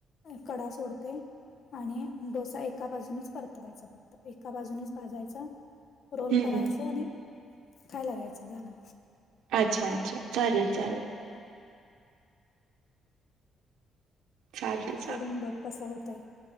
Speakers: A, on the left; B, on the right.
A: कढा सोडते. आणि डोसा एका बाजूनच परतवायचा फक्त एका बाजूनच भाजायचा. रोल
B: हं,
A: करायचं
B: हं.
A: आणि खायला घ्यायचं झालं
B: अच्छा अच्छा चालेल चालेल साधू
A: करून बघ कस होतंय